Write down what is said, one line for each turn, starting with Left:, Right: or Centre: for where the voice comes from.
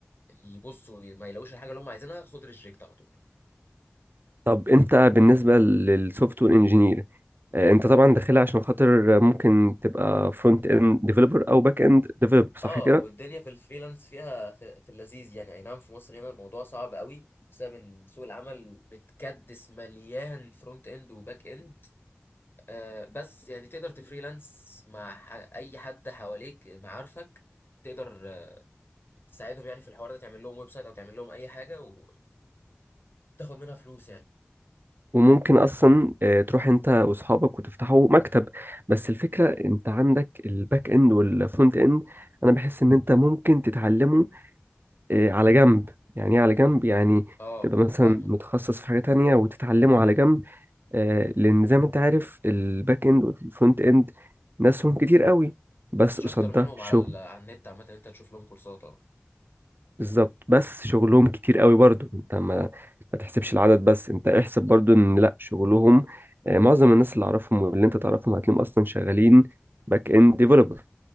Left: يبصوا ما يلاقوش الحاجه اللي هم عايزينها خد ريجكت على طول
Right: طب انت بالنسبة للسوفت وير انجينير انت طبعا داخلها عشان خاطر ممكن تبقى فرونت اند ديفلوبر او باك اند ديفلوبر صح
Left: اه
Right: كده
Left: والدنيا في الفريلانس فيها في, في اللذيذ يعني اي نعم في مصر هنا الموضوع صعب قوي بسبب ان سوق العمل متكدس مليان فرونت اند وباك اند آه بس يعني تقدر تفريلانس مع ح- اي حد حواليك معارفك تقدر آه، تساعدهم يعني في الحوار ده تعمل لهم ويب سايت او تعمل لهم اي حاجه وتاخد منها فلوس يعني
Right: وممكن اصلا آه، تروح انت واصحابك وتفتحوا مكتب بس الفكره انت عندك الباك اند والفرونت اند انا بحس ان انت ممكن تتعلمه آه، على جنب يعني ايه على جنب يعني
Left: اه
Right: تبقى مثلا
Left: فاهمك
Right: متخصص في حاجه تانية وتتعلمه على جنب آه، لان زي ما انت عارف الباك اند والفرونت اند ناسهم كتير قوي بس
Left: مفيش
Right: قصاد
Left: اكتر
Right: ده
Left: منهم
Right: شغل
Left: على ال... على النت عامه انت تشوف لهم كورسات اه
Right: بالظبط بس شغلهم كتير قوي برضو انت ما ما تحسبش العدد بس انت احسب برضو ان لا شغلهم آه، معظم الناس اللي اعرفهم واللي انت تعرفهم هتلاقيهم اصلا شغالين باك اند ديفلوبر